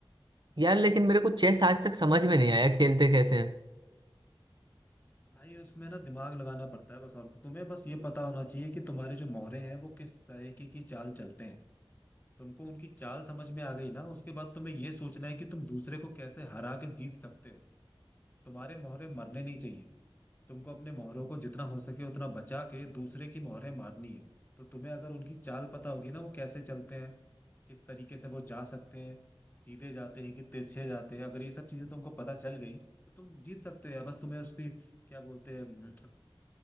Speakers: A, on the right; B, on the left.
A: यार लेकिन मेरे को चेस आज तक समझ में नहीं आया खेलते कैसे हैं
B: भाई उसमें ना दिमाग लगाना पड़ता है बस और तुम्हें बस ये पता होना चाहिए कि तुम्हारे जो मोहरे हैं वो किस तरीके की चाल चलते हैं तुमको उनकी चाल समझ में आ गई ना उसके बाद तुम्हें ये सोचना है कि तुम दूसरे को कैसे हरा के जीत सकते हो तुम्हारे मोहरे मरने नहीं चाहिए तुमको अपने मोहरों को जितना हो सके उतना बचा के दूसरे की मोहरे मारनी है तो तुम्हें अगर उनकी चाल पता होगी ना वो कैसे चलते हैं किस तरीके से वो जा सकते हैं सीधे जाते हैं कि तिरछे जाते हैं अगर ये सब चीजें तुमको पता चल गई तो तुम जीत सकते हो यार बस तुम्हें उसकी क्या बोलते हैं